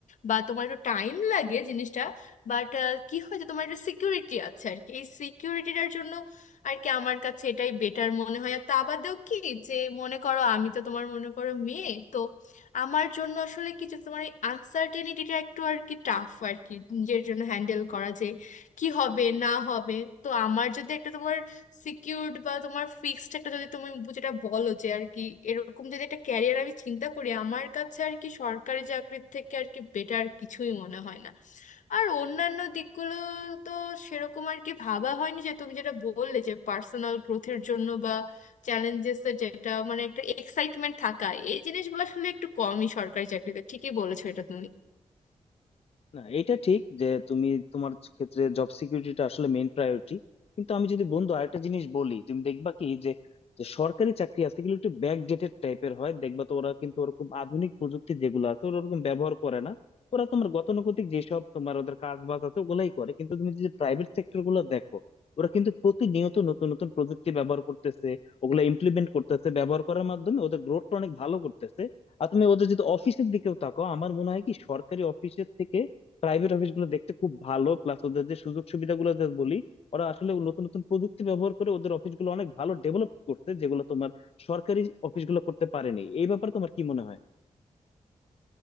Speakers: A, on the left; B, on the left.
A: বা তোমার একটু টাইম লাগে জিনিসটা বাট কি হয় যে তোমার একটা সিকিউরিটি আছে আর কি এই সিকিউরিটিটার জন্য আর কি আমার কাছে এটাই বেটার মনে হয় আর তা বাদেও কি যে মনে করো আমি তো তোমার মনে করো মেয়ে তো আমার জন্য আসলে কিছু তোমার এই আনসার্টেনিটিটা একটু আর কি টাফ আর কি নিজের জন্য হ্যান্ডেল করা যে কি হবে না হবে তো আমার যদি একটা তোমার সিকিউরড বা তোমার ফিক্সড একটা যদি তুমি যেটা বলো যে আর কি এরকম যদি একটা ক্যারিয়ার আমি চিন্তা করি আমার কাছে আর কি সরকারি চাকরির থেকে আর কি বেটার কিছুই মনে হয় না আর অন্যান্য দিকগুলো তো সেরকম আর কি ভাবা হয়নি যে তুমি যেটা বললে যে পার্সোনাল গ্রোথের জন্য বা চ্যালেঞ্জেস এর যেটা মানে একটা এক্সাইটমেন্ট থাকা এই জিনিসগুলো আসলে একটু কমই সরকারি চাকরিতে ঠিকই বলেছো এটা তুমি
B: না এটা ঠিক যে তুমি তোমার ক্ষেত্রে জব সিকিউরিটিটা আসলে মেইন প্রায়োরিটি কিন্তু আমি যদি বন্ধু আরেকটা জিনিস বলি তুমি দেখবা কি যে যে সরকারি চাকরি আছে এগুলো একটু ব্যাকডেটেড টাইপের হয় দেখবা তো ওরা কিন্তু ওরকম আধুনিক প্রযুক্তি যেগুলো আছে ওরা ওরকম ব্যবহার করে না ওরা তোমার গতানুগতিক যেসব তোমার ওদের কাজ বাজ আছে ওগুলাই করে কিন্তু তুমি যদি প্রাইভেট সেক্টর গুলো দেখো ওরা কিন্তু প্রতিনিয়ত নতুন নতুন প্রযুক্তি ব্যবহার করতেছে ওগুলা ইমপ্লিমেন্ট করতেছে ব্যবহার করার মাধ্যমে ওদের গ্রোথটা অনেক ভালো করতেছে আর তুমি ওদের যদি অফিসের দিকেও তাকাও আমার মনে হয় কি সরকারি অফিসের থেকে প্রাইভেট অফিস গুলো দেখতে খুব ভালো প্লাস ওদের যে সুযোগ সুবিধাগুলো যে বলি ওরা আসলে নতুন নতুন প্রযুক্তি ব্যবহার করে ওদের অফিসগুলো অনেক ভালো ডেভেলপ করছে যেগুলো তোমার সরকারি অফিসগুলো করতে পারেনি এই ব্যাপারে তোমার কি মনে হয়